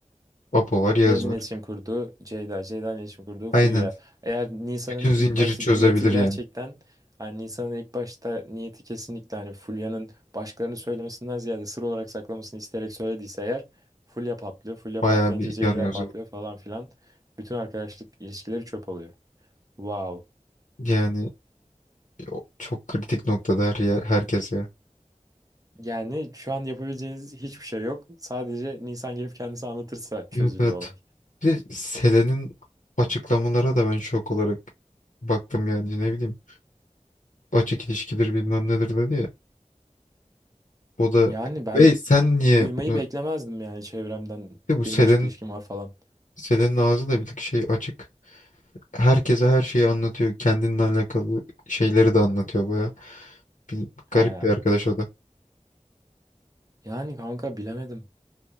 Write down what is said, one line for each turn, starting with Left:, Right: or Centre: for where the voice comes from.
Left: Apo var, Yağız
Right: Yaz'ın
Left: var.
Right: iletişim kurduğu Ceyda, Ceyda'nın iletişim kurduğu
Left: Aynen.
Right: Fulya. Eğer Nisan'ın
Left: Bütün zinciri
Right: ilk baştaki
Left: çözebilir
Right: niyeti gerçekten
Left: yani.
Right: hani Nisan'ın ilk başta niyeti kesinlikle hani Fulya'nın başkalarını söylemesinden ziyade sır olarak saklamasını isteyerek söylediyse eğer Fulya patlıyor. Fulya
Left: Bayağı
Right: patlayınca
Left: bir
Right: Ceyda
Left: yanıyoruz.
Right: patlıyor
Left: orada.
Right: falan filan. Bütün arkadaşlık ilişkileri çöp oluyor. Wow.
Left: Yani o çok kritik noktada her yer, herkes ya.
Right: Yani şu an yapabileceğiniz hiçbir şey yok. Sadece Nisan gelip kendisi anlatırsa çözülüyor
Left: Evet evet.
Right: olay.
Left: Bir de Selen'in açıklamalara da ben şok olarak baktım yani ne bileyim. Açık ilişkidir bilmem nedir dedi ya. O da
Right: Yani ben
Left: ve sen niye
Right: duymayı
Left: bunu
Right: beklemezdim yani çevremden
Left: Bir de bu Selen'in
Right: benim açık ilişkim var falan.
Left: Selen'in ağzı da bir tık şey açık. Herkese her şeyi anlatıyor. Kendinle alakalı şeyleri de anlatıyor baya. Bir,
Right: Ha.
Left: garip bir arkadaş o da.
Right: Yani kanka bilemedim.